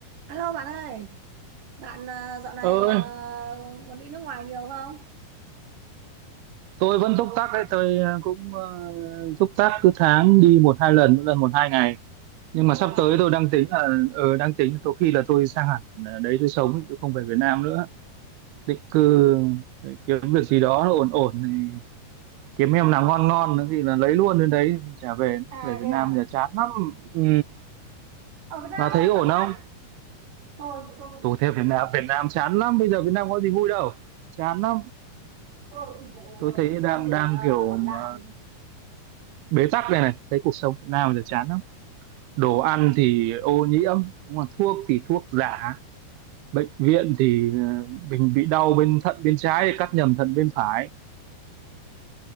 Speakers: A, on the right; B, on the right.
A: Alo bạn ơi, bạn à, dạo này
B: ơi
A: à, còn đi nước ngoài nhiều không?
B: tôi vẫn túc tắc đấy tôi ờ, cũng ờ, túc tắc cứ tháng đi một hai lần mỗi lần một hai ngày nhưng mà
A: Thế
B: sắp
A: à,
B: tới tôi đang tính là ờ, đang tính tôi khi là tôi sang hẳn ờ, đấy tôi sống ấy, tôi không về Việt Nam nữa định cư để kiếm việc gì đó nó ổn ổn thì kiếm em nào ngon ngon nữa thì là lấy luôn đến đấy trả về nữa.
A: à
B: về Việt
A: thế
B: Nam
A: à
B: giờ chán lắm ừ
A: ở Việt Nam
B: bà thấy
A: vui
B: ổn
A: mà bạn
B: không
A: tôi tôi vẫn-
B: tôi thấy Việt Nam Việt Nam chán lắm bây giờ Việt Nam có gì vui đâu chán lắm
A: tôi ủng hộ
B: tôi
A: ờ,
B: thấy đang
A: quan điểm
B: đang
A: ờ,
B: kiểu
A: ở
B: mà
A: lại
B: bế tắc này này thấy cuộc sống Việt Nam giờ chán lắm đồ ăn thì ô nhiễm đúng không? thuốc thì thuốc giả bệnh viện thì ờ, mình bị đau bên thận bên trái thì cắt nhầm thận bên phải